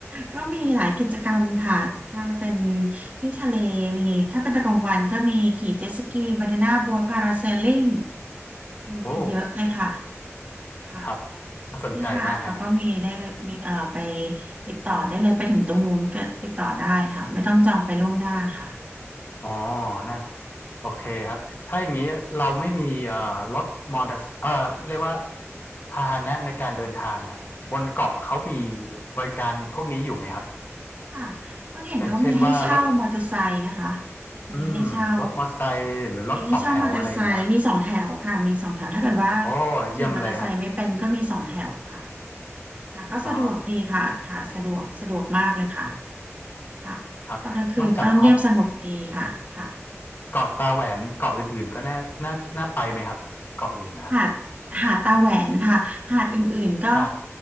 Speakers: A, on the right; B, on the left.
A: ก็มีหลายกิจกรรมค่ะถ้าเป็นที่ทะเลมีถ้าเป็นตะกลางวันก็มีขี่เจ็ตสกีบานาน่าโบ๊ทพาราเซลลิง
B: <laughs>
A: คือมีเยอะเลยค่ะ
B: โอ้
A: ค่ะ
B: ครับน่าสนใจมากฮะ
A: ที่หาดเขาก็มีได้เลยมีเอ่อไปติดต่อได้เลยไปถึงตรงนู้นก็ติดต่อได้ค่ะไม่ต้องจองไปล่วงหน้าค่ะ
B: อ๋อน่าโอเคครับ ถ้าอย่างนี้เราไม่มีเอ่อรถมอเตอร์เอ่อเรียกว่าพาหนะในการเดินทางอ่ะบนเกาะเขามีบริการพวกนี้อยู่ไหมครับ
A: ค่ะอ้นเห็นเขามีให้เช่ามอเตอร์ไซค์นะคะ
B: อย่างเช่นว่ารถอืมรถมอเตอร์ไซค์หรือรถสองแถวอะไรอย่างเงี้ยครับ
A: มีให้เช่ามีให้เช่ามอเตอร์ไซค์มีสองแถวค่ะมีสองแถวถ้าเกิดว่า
B: โอ้เยี่ยมเลยฮะ
A: ขี่มอเตอร์ไซค์ไม่เป็นก็มีสองแถวค่ะค่ะก็สะดวกดีค่ะค่ะสะดวกสะดวกมากเลยค่ะ
B: อ๋อ
A: ค่ะตอนกลางคืนก็เงียบสงบดีค่ะค่ะ
B: ครับนอกจากเหาะเกาะตาแหวนเกาะอื่นๆก็น่าน่าน่าไปไหมครับเกาะอื่นนะครับ
A: หาดหาดตาแหวนค่ะหาดอื่นๆก็
B: อ่า